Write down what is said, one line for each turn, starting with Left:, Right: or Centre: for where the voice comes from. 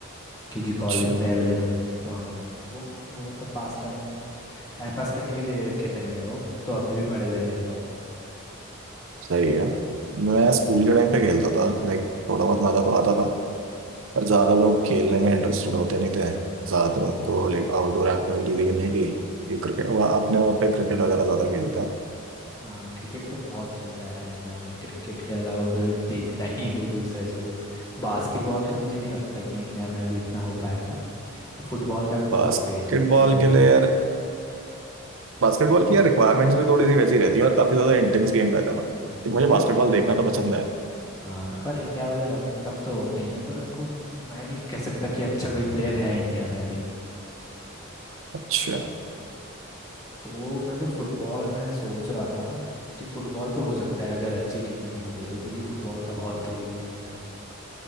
Left: क्योंकि
Right: अच्छा
Left: कॉलेज पे अवेलेबल नहीं थे तो हाँ वो वो मतलब पास टाइम टाइम पास करने के लिए रखे थे मैंने वो तो अभी भी पड़े हुए हैं मेरे पास वो
Right: सही है मैं स्कूल के टाइम पे खेलता था लाइक थोड़ा बहुत मजा तो आता था पर ज्यादा लोग खेलने में इंटरेस्टेड होते नहीं थे ज्यादातर उनको लाइक आउटडोर एक्टिविटीज करनी थी ये क्रिकेट अपने वहाँ पे क्रिकेट वगैरह ज्यादा खेलता
Left: हाँ क्रिकेट तो बहुत चलता है यार इंडिया में क्रिकेट के अलावा कोई देखता ही नहीं है कोई दूसरा स्पोर्ट बास्केटबॉल का मुझे नहीं लगता कि इंडिया में अभी इतना हो पाएगा पर फुटबॉल का भी
Right: बास्केटबॉल
Left: बहुत क्रेज है फुटबॉल
Right: के
Left: का
Right: लिए
Left: भी
Right: यार बास्केटबॉल
Left: हम्म,
Right: की यार रिक्वायरमेंट्स भी थोड़ी सी वैसी रहती है और काफी ज्यादा इंटेंस गेम रहता है ना
Left: हम्म,
Right: तो मुझे
Left: नहीं
Right: बास्केटबॉल
Left: हाँ
Right: देखना तो पसंद है
Left: हाँ पर इंडिया वाले रफ एंड टफ तो होते ही हैं पर उनको मैं नहीं कह सकता कि अच्छा कोई प्लेयर है इंडिया में अभी
Right: अच्छा
Left: तो मैं तो फुटबॉल में सोच रहा था कि फुटबॉल पे हो सकता है अगर अच्छी टीमें ढूंढे तो क्योंकि फुटबॉल का बहुत क्रेज है इंडिया में